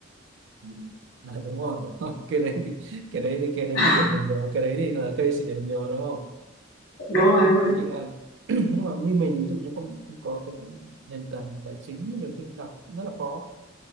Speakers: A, on the right; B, on the left.
A: Ừ. À, đúng rồi, đúng rồi. <laughs> Cái đấy thì cái đấy thì cái đấy
B: <laughs>
A: thì điển hình rồi cái đấy thì là case điển hình rồi đúng không
B: Đúng rồi, đúng rồi.
A: Thế nhưng mà <clears throat> nhưng mà như mình ví dụ như không không có cái nền tảng tài chính nhiều khi đọc rất là khó